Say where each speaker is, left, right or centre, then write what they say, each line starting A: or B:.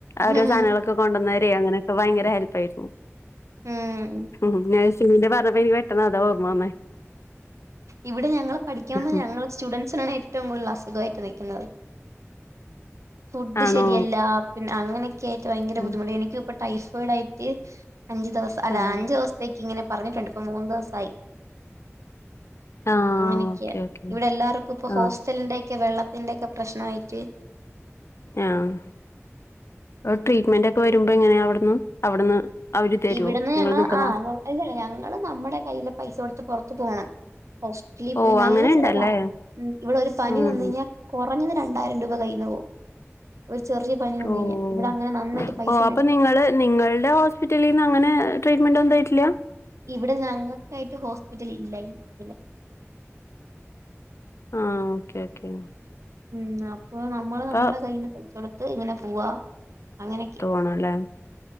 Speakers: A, on the left; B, on the right.
A: ഓരോ
B: ഉം
A: സാധനങ്ങളൊക്കെ കൊണ്ടുവന്നവര അങ്ങനെയൊക്കെ ഭയങ്കര ഹെല്പ് ആയിരുന്നു
B: ഉം
A: ഉം നഴ്സിന്റെ പറഞ്ഞവനി പെട്ടെന്ന് അതാ ഓർമ്മ വന്നേ
B: ഇവിടെ ഞങ്ങള് പഠിക്കാ വന്ന
A: ഉം
B: ഞങ്ങള് സ്റ്റുഡന്സിനാണ് ഏറ്റവും കൂടുതൽ അസുഖായിട്ട് നിൽക്കുന്നത് ഫുഡ്
A: ആണോ
B: ശരിയല്ല പിന്നെ അങ്ങനെയൊക്കെ ആയിട്ട് ഭയങ്കര
A: ഉം
B: ബുദ്ധിമുട്ട് എനിക്ക് ഇപ്പൊ ടൈഫോയിഡ് ആയിട്ട് അഞ്ചു ദിവസം അല്ല
A: ആഹ്
B: അഞ്ചു ദിവസത്തേക്ക് ഇങ്ങനെ പറഞ്ഞിട്ടുണ്ട് ഇപ്പ മൂന്ന് ദിവസയി
A: ആഹ്
B: അങ്ങനക്ക
A: ഓക്കെ ഓക്കെ
B: ഇവിടെ എല്ലാർക്കും ഇപ്പ
A: ആഹ്
B: ഹോസ്റ്റലിന്റെക്കെ വെള്ളത്തിന്റെൊക്കെ പ്രശ്നായിട്ട്
A: ആഹ് ട്രീറ്റ്മെന്റ് ഒക്കെ വരുമ്പോ എങ്ങനെയാ അവിടുന്ന് അവിടുന്ന് അവര് തരുവോ
B: ഇവിടുന്ന്
A: നിങ്ങൾ
B: ഞങ്ങൾ
A: നിക്കുന്ന
B: ആഹ് <unintelligible> അല്ലല്ല ഞങ്ങള് നമ്മുടെ കയ്യിലെ പൈസ കൊടുത്ത് പുറത്ത് പോണം ഹോസ് - വട്ടിലിൽ
A: ഓ
B: പോയി നല്ല
A: അങ്ങനെ
B: ചെലവാ
A: ഉണ്ടല്ലേ
B: ഇവിടെ ഒരു പനി
A: ഉം
B: വന്ന കഴിഞ്ഞാൽ കുറഞ്ഞത് രണ്ടായിരം രൂപ കയ്യിന്നു പോവും ഒരു ചെറിയ പനി
A: ഓഹ്
B: ഇവിടെ അങ്ങനെ നന്നായിട്ട് പൈസ
A: ഓഹ് അപ്പൊ
B: മേടിക്കും
A: നിങ്ങള് നിങ്ങളുടെ ഹോസ്‌- ഹോസ്‌പിറ്റലിന്ന് അങ്ങനെ ട്രീറ്റ്മെന്റ് ഉണ്ടായിട്ടില്ല
B: ഇവിടെ ഞങ്ങൾക്കായിട്ട് ഹോസ്പിറ്റൽ ഇല്ലാ ഈ ഇതിന്
A: ആഹ് ഓക്കേ ഓക്കെ
B: ഉം ആ പ്പോ നമ്മള്
A: അപ്പൊ
B: നമ്മുടെ കയ്യിന്ന് പൈസ കൊടുത്ത് ഇങ്ങനെ പോവാ അങ്ങനെയൊക്കെയ
A: ആണല്ലേ